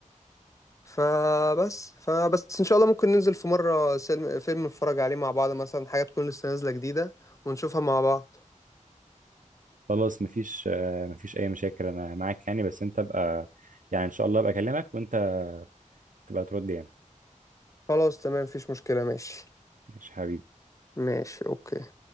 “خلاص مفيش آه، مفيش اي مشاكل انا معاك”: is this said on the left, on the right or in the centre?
Right